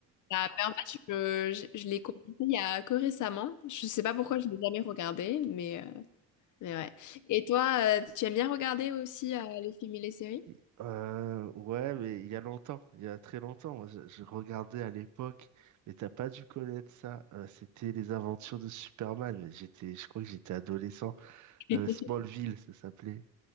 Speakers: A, on the left; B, on the right.
A: ça- mais en fait, je, je, je l'ai commencé il y a que récemment. Je sais pas pourquoi je l'ai jamais regardé, mais, euh, mais ouais. Et toi, euh, tu aimes bien regarder aussi euh, les films et les séries?
B: Il- Euh, ouais, mais il y a longtemps, il y a très longtemps. Moi, je, je regardais à l'époque, mais t'as pas dû connaître ça. Euh, c'était les aventures de Superman. J'étais, je crois que j'étais adolescent.
A: <laughs>
B: Euh, Smallville, ça s'appelait.